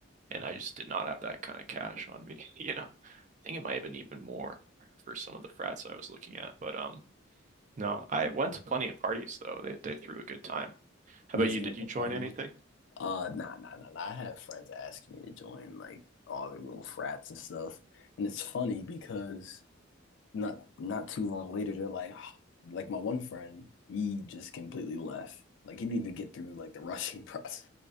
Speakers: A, on the right (about 35°); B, on the left (about 65°).
A: and I just did not have that kind of cash on me, <laughs> you know. I think it might have been even more for some of the frats I was looking at, but um no, I went to plenty of parties though. They they threw a good time. How
B: yeah,
A: about
B: so
A: you?
B: you
A: Did
B: went
A: you
B: to
A: join
B: parties.
A: anything?
B: Uh, nah, nah, nah, nah. I have friends asking me to join like all their little frats and stuff, and it's funny because. not not too long later, they're like, <sighs> like my one friend, he just completely left. Like he didn't even get through like the rushing <laughs> process.